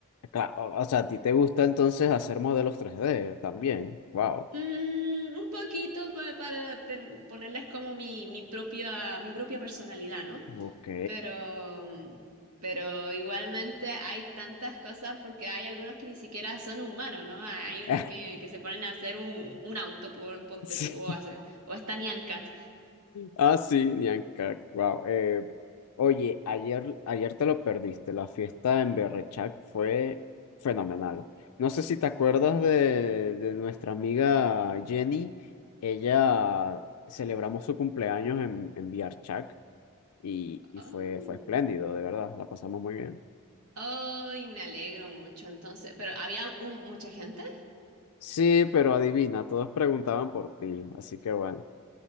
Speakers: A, on the left (about 90°); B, on the right (about 85°).
A: Cla- O o sea, ¿a ti te gusta entonces hacer modelos tres d también? Wow.
B: Mm, un poquito pa- para ten- ponerles como mi, mi propia, mi propia personalidad, ¿no?
A: Ok.
B: Pero, pero igualmente hay tantas cosas porque hay algunos que ni siquiera son humanos, ¿no? Hay unos
A: <laughs>
B: que, que se ponen a hacer un, un auto, por, ponte
A: Sí.
B: tú, o, hacen, o es Tanian Cat.
A: Ah, sí, Nianca. Wow. Eh, oye, ayer, ayer te lo perdiste. La fiesta en Berrechak fue fenomenal. No sé si te acuerdas de, de nuestra amiga Jenny. Ella celebramos su cumpleaños en, en VRChac y, y
B: Oh,
A: fue, fue espléndido, de verdad. La pasamos muy bien.
B: ay, me alegro mucho entonces. Pero había un- mucha gente.
A: Sí, pero adivina, todos preguntaban por ti, así que bueno.